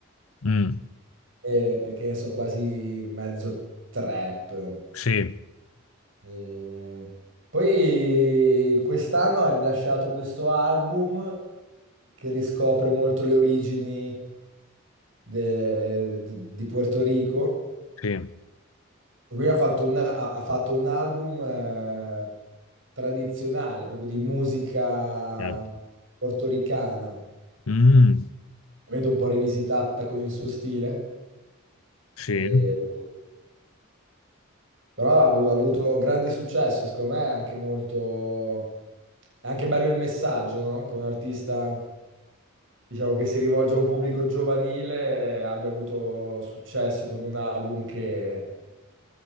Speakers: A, on the left (about 85°); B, on the right (about 65°).
A: Mm.
B: eh, che ne so, quasi mezzo trap.
A: Sì,
B: E Poi quest'anno ha rilasciato questo album che riscopre molto le origini de- di di Puerto Rico.
A: sì.
B: Lui ha fatto un, ha- ha fatto un album eh, tradizionale, proprio di musica
A: eh.
B: portoricana,
A: Mm,
B: ovviamente un po' rivisitata con il suo stile,
A: Sì.
B: e- però ha avu- ha avuto grande successo, secondo me è anche molto... è anche bello il messaggio, no? Che un artista, diciamo, che si rivolge a un pubblico giovanile eh, abbia avuto successo con un album che